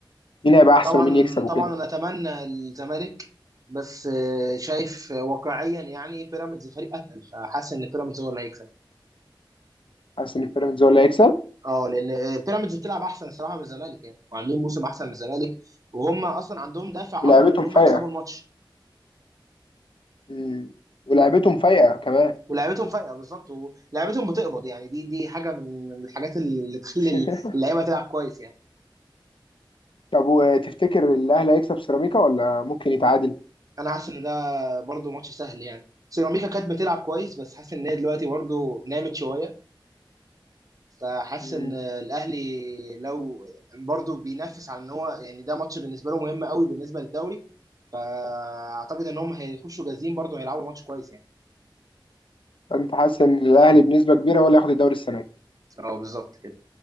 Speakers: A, on the left; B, on the right.
A: مين هيبقى احسن
B: طبعا
A: ومين يكسب وكده
B: طبعا انا اتمنى الزمالك بس آه، شايف واقعيا يعني بيراميدز فريق اتقل فحاسس ان بيراميدز هو اللي هيكسب
A: حاسس ان بيراميدز هو اللي هيكسب
B: اه لان آه، بيراميدز بتلعب احسن الصراحه من الزمالك يعني وعاملين موسم احسن من الزمالك وهم اصلا عندهم دافع
A: ولعبتهم
B: اكبر ان هم
A: فايقه
B: يكسبوا الماتش
A: مم. ولعبتهم فايقه كمان
B: ولعيبتهم فايقه بالظبط ولعيبتهم بتقبض يعني دي دي حاجه من من الحاجات اللي تخلي
A: <laughs>
B: اللعيبه تلعب كويس يعني
A: طب وتفتكر الاهلي هيكسب سيراميكا ولا ممكن يتعادل
B: انا حاسس ان ده برضو ماتش سهل يعني سيراميكا كانت بتلعب كويس بس حاسس ان هي دلوقتي برضو نامت شويه فحاسس
A: مم.
B: ان الاهلي لو برضه بينافس على ان هو يعني ده ماتش بالنسبه له مهم قوي بالنسبه للدوري فاعتقد ان هم هيخشوا جاهزين برضه هيلعبوا ماتش كويس يعني
A: فانت حاسس ان الاهلي بنسبه كبيره ولا ياخد الدوري السنه دي
B: اه بالظبط كده